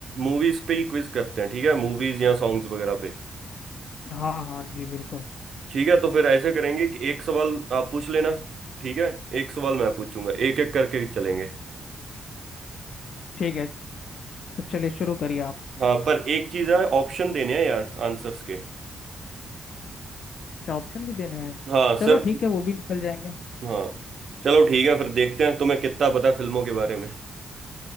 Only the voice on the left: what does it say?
हूं। हाँ हाँ जी बिल्कुल
ठीक है तो चलिए शुरू करिए आप
अच्छा ऑप्शन भी देने हैं
चलो
ठीक है वो भी निकल जाएंगे